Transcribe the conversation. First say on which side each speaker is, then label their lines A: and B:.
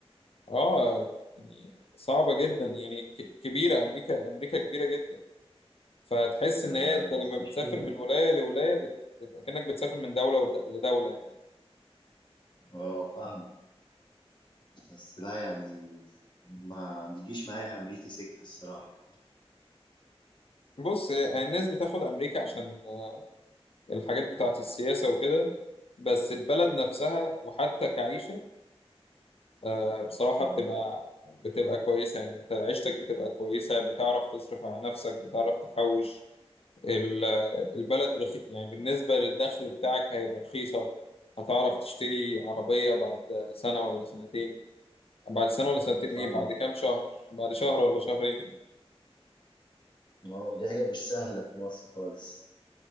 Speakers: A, on the left; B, on the left.
A: اه يعني صعبة جدا يعني ك- كبيرة أمريكا أمريكا كبيرة جدا فتحس
B: هي
A: إن هي أنت لما
B: بس
A: بتسافر
B: مشكلة
A: من ولاية لولاية بت... بت... كأنك بتسافر من دولة ود- لدولة يعني
B: اه فاهمة بس لا يعني ما بيجيش معايا أمريكا سكة الصراحة
A: بص هي- الناس بتاخد أمريكا عشان آه، الحاجات بتاعة السياسة وكده بس البلد نفسها وحتى كعيشة آه، بصراحة
B: اه
A: بتبقى بتبقى كويسة يعني أنت عيشتك بتبقى كويسة بتعرف تصرف على نفسك بتعرف تحوش ال- البلد رخي... يعني بالنسبة للدخل بتاعك هيبقى رخيصة هتعرف تشتري عربية بعد سنة ولا سنتين بعد سنة ولا سنتين ايه
B: فاهمة
A: بعد كام شهر بعد شهر ولا شهرين
B: اه دي حاجة مش سهلة في مصر خالص